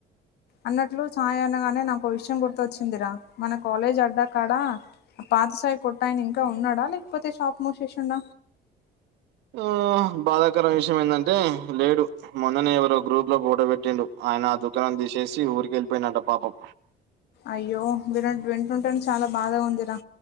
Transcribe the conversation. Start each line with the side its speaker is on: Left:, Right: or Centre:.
Left: అన్నట్లు చాయ్ అనగానే నాకో విషయం గుర్తొచ్చిందిరా మన కాలేజ్ అడ్డాకాడ పాత స్ టాయ్ కొటైనింక ఉన్నాడా లేకపోతే షాప్ మోసేసిండ
Right: ఓహ బాధాకరం విషయం ఏంటంటే లేడు మొన్ననే ఎవరో గ్రూప్ లో ఫోటో పెట్టిండు ఆయన ఆ దుకాణం తీసేసి ఊరికి వెళ్ళిపోయినంట పాపం
Left: అయ్యో విర వింటుంటేనే చాలా బాధగా ఉందిరా